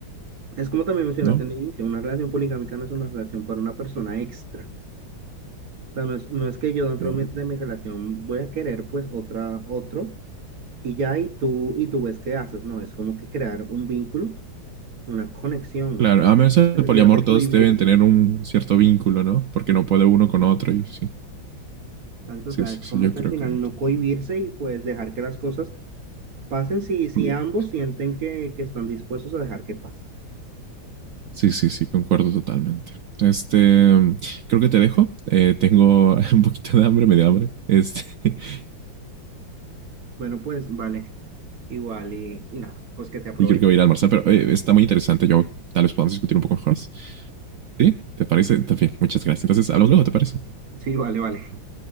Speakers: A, on the right; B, on the right.
A: Es como también mencionaste
B: ¿no?
A: en el inicio, una relación poligámica no es una relación para una persona extra. O sea, no es, no es que yo dentro
B: Sí.
A: de mi, de mi relación voy a querer pues otra, otro y ya y tú, y tú ves qué haces, no, es como que crear un vínculo, una conexión,
B: Claro, a menos el
A: necesidad
B: poliamor
A: de
B: todos
A: cohibirse.
B: deben tener un cierto vínculo, ¿no? Porque no puede uno con otro y sí,
A: Exacto,
B: sí,
A: o sea,
B: sí,
A: es
B: sí,
A: como
B: yo
A: que
B: creo
A: al final
B: que totalmente.
A: no cohibirse y pues dejar que las cosas pasen si, si
B: muy
A: ambos
B: bien.
A: sienten que, que están dispuestos a dejar que pasen.
B: Sí, sí, sí, concuerdo totalmente. Este, creo que te dejo. Eh, tengo <laughs> un poquito de hambre, medio hambre. Este, <laughs>
A: Bueno, pues vale, igual y, y nada, pues que te aprovechen.
B: y creo que voy a ir a almorzar, pero
A: Y-
B: eh, está muy interesante. Yo tal vez podamos discutir un poco mejor. ¿Sí? ¿Te parece? También, muchas gracias. Entonces, hablamos luego, ¿te parece?
A: Sí, vale, vale.